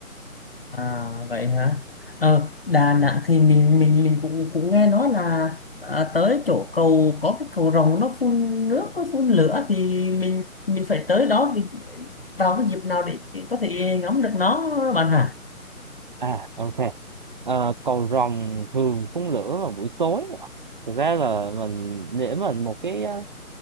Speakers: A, on the left; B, on the right.
A: À vậy hả? Ờ, Đà Nẵng thì mình mình mình cũng cũng nghe nói là à, tới chỗ cầu có cái cầu rồng nó phun nước nó phun lửa thì mình mình phải tới đó thì vào cái dịp nào để, để có thể ngắm được nó bạn hả?
B: À ok. Ờ, cầu rồng thường phun lửa vào buổi tối. Thực ra là mình để mình một cái ờ,